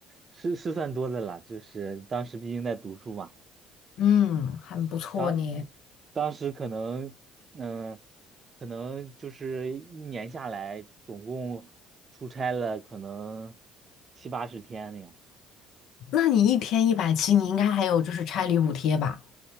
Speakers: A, on the right (about 40°); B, on the left (about 65°).
A: 是是算多的了。就是当时毕竟在读书嘛，
B: 嗯，很不错呢。
A: 当当时可能嗯、可能就是一年下来，总共出差了可能七八十天那样。
B: 那你一天一百七，你应该还有就是差旅补贴吧？